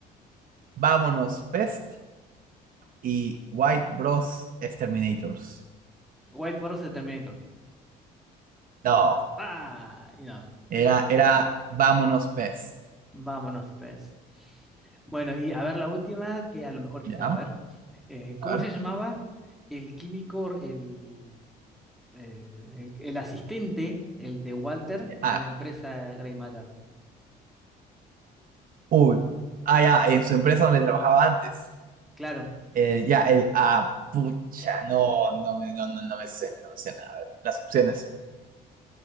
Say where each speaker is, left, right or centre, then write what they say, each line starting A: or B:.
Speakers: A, on the right (about 55°); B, in the centre.
A: Vámonos Pest y White Bros. Exterminators.
B: White Boros de Terminators.
A: No,
B: Ah, y no.
A: era, era Vámonos Pest.
B: Vámonos, pues. Bueno, y a ver la última, que a lo mejor te
A: Ya,
B: sale. A ver. Eh, ¿cómo
A: a ver.
B: se llamaba el químico, el eh, el, el asistente, el de Walter,
A: ya,
B: en
A: Ah,
B: la empresa Grey Matter.
A: uy. Ah, ya, en su empresa donde trabajaba antes.
B: Claro.
A: Eh, ya, el. Ah, pucha, no, no me, no, no, no me sé, no me sé nada. A ver, las opciones.